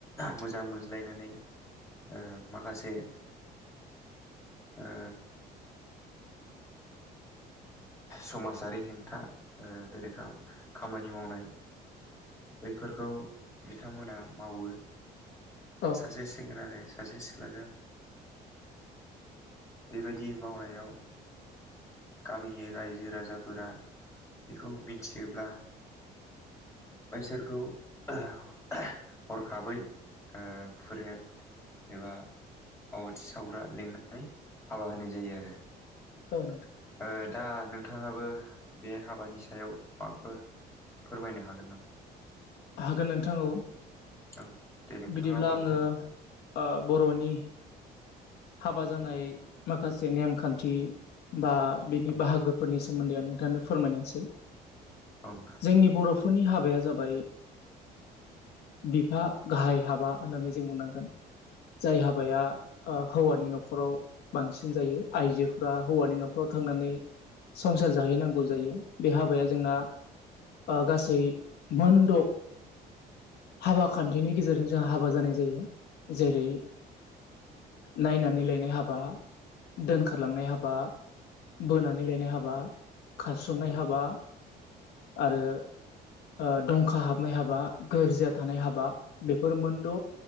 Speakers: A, on the left; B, on the left.
A: मोजां मोनज्लायनानै। ओ माखासे ओ। समासारि हेंथा ओ बेरेखा खामानि मावनाय। बैफोरखौ बिथांमोना मावो
B: औ
A: सासे सेंग्रा जों। सासे सिख्लाजों बेबायदि मावनायाव‌ गामिनि रायजो राजाफोरा बेखौ मिन्थियोब्ला। बैसोरखौ हरखाबै। ओ फुरेथ एबा। आवाथि सावग्रा लिंनानै हाबा होनाय जायो आरो।
B: औ नोंथां।
A: ओ दा नोंथांङाबो बे हाबानि सायाव माबाफोर। फोरमायनो हागोन नामा।
B: हागोन नोंथां औ।
A: औ। दे नोंथाङा
B: बिदिब्ला
A: अब्ला
B: आंङो
A: फोरमायदो
B: ओ बर'नि। हाबा जानाय माखासे नेमखान्थि बा बिनि
A: औ
B: बाहागोफोरनि सो। सोमोन्दै आं नोंथांनो फोरमायनोसै
A: औ नोंथां औ
B: जोंनि बर'फोरनि हाबाया जाबाय। बिफा गाहाय हाबा होननानै जों बुंनांगोन जाय
A: नोंथां
B: हाबाया हौवानि न'खराव बांसिन जायो आइजोफ्रा हौवानि न'खराव थांनानै संसार जाहैनांगौ जायो बे हाबाया जोंना ओ गासै मोनद' हाबा खान्थिनि गेजेरजों जों हाबा जानाय जायो जेरै
A: औ
B: नायनानै लायनाय हाबा दोनखारलांनाय हाबा बोनानै लायनाय हाब बा खारसननाय
A: नोंथां
B: हाबा आरो ओ दंखा हाबनाय हाबा, गोरजिया थानाय हाबा बेफोर मोनद'